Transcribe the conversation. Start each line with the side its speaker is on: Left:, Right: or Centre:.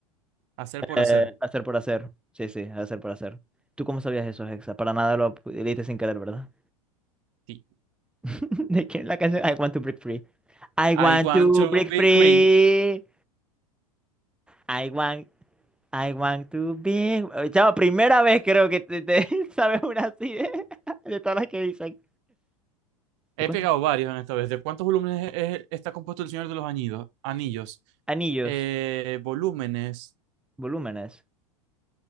Right: Hacer por
Centre: Eh,
Right: hacer.
Centre: hacer por hacer. Sí, sí, hacer por hacer. ¿Tú cómo sabías eso, Hexa? Para nada lo leíste sin querer, ¿verdad?
Right: Sí.
Centre: <laughs> ¿De quién es la canción? I want to break free. I want
Right: I want
Centre: to
Right: to
Centre: break
Right: be
Centre: free.
Right: queen.
Centre: I want I want to be. Eh, Chavo, primera vez creo que te, te <laughs> sabes una así de, <laughs> de todas las que dicen.
Right: He
Centre: ¿De cuántos
Right: pegado varios en esta vez. ¿De cuántos volúmenes es- es- está compuesto el Señor de los Añidos- Anillos?
Centre: anillos?
Right: Anillos. volúmenes
Centre: Volúmenes.